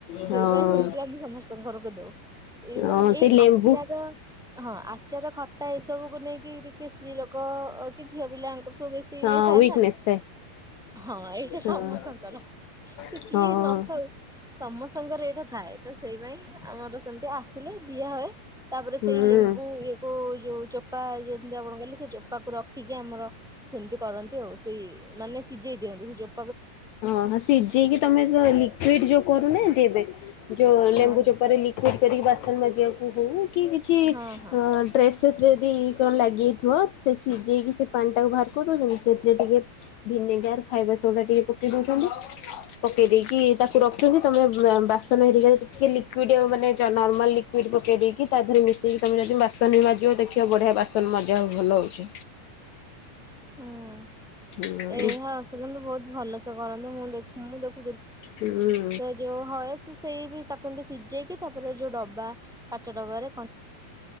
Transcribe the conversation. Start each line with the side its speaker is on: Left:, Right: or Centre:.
Left: ହଁ
Centre: ସେଇପାଇ ସେମିତି ଆମେ ସମସ୍ତଙ୍କ ଘରକୁ ଦଉ ଏଇଗୁଡାକ
Left: ହଁ
Centre: ଏଇ
Left: ସେ ଲେମ୍ବୁ
Centre: ଆଚାର ହଁ ଆଚାର ଖଟା ଏସବୁକୁ ନେଇକି ଟିକେ ସ୍ତ୍ରୀ ଲୋକ ଓ କି ଝିଅ ପିଲା ସବୁ ବେଶୀ
Left: ହଁ
Centre: ଇଏ ଥାଏ
Left: ୱିକନେସ୍
Centre: ନା
Left: ଥାଏ
Centre: ହଁ ଏଇଟା
Left: ହଁ
Centre: ସମସ୍ତଙ୍କର ସେ କିଏ
Left: ହଁ
Centre: ନଖାଉ ସମସ୍ତଙ୍କର ଏଇଟା ଥାଏ ତ ସେଇ ପାଇଁ ଆମର ସେମିତି ଆସିଲେ ଦିଆ ହୁଏ ତାପରେ
Left: ହୁଁ
Centre: ସେଇ ଲେମ୍ବୁ ଇଏ କ ଯୋଉ ଚୋପା ଯେମତି ଆପଣ କହିଲେ ସେ ଚୋପା ତାକୁ ରଖିକି ଆମର ସେମିତି କରନ୍ତି ଆଉ ସେଇ ମାନେ ସିଝେଇ ସେ ଯୋଉ
Left: ହଁ ହଁ ସିଝେଇକି ତମେ ଯ ଲିକ୍ୱିଡ ଯୋଉ କରୁନାହାତି ଏବେ ଯୋଉ
Centre: ହଁ
Left: ଲେମ୍ବୁ ଚୋପାରେ ଲିକ୍ୱିଡ଼ି କରିକି ବାସନ ଜେମ୍ କୁ ହେଉ କି କିଛି ଅ
Centre: ହଁ ହଁ ହଁ
Left: ଡ୍ରେସ ଫେସ ଯଦି କଣ ଲାଗିଯାଇଥିବ ସେ ସିଝେଇକି ସେ ପାଣିଟାକୁ ବାହାର କରିଦେଉଛନ୍ତି ।ସେଥିରେ ଟିକେ ଭିନେଗାର ଫାଇବାର ସୋଡ଼ା ଟିକେ ଦଉଛନ୍ତି ପକେଇ ଦେଇକି ତାକୁ ରଖୁଛନ୍ତି ତମେ ବାସନ ହେର ଟିକେ ଲିକଇଡ ମାନେ ନର୍ମାଲ ଲିକଇଡ ପକେଇ ଦେଇକି ତା ଦେହରେ ମିଶେଇକି ତମେ ଯଦି ବାସନ ବି ବାଜିବ ଦେଖିବ ବଢିଆ ବାସନ ମଜା ଭଲ ହଉଛି।
Centre: ହୁଁ।
Left: ହୁଁ
Centre: ଏଇ ଆସୁନ୍ତୁ ବହୁତ ଭଲସେ କରନ୍ତି ମୁଁ ଦେଖ ମୁଁ ଦେଖ
Left: ହୁଁ
Centre: ତ ଯୋଉ ହଏସ ସେଇ ତାକୁମିତି ସିଝେଇକି ରେ ଯୋଉ ଡବା କାଚ ଡବା ରେ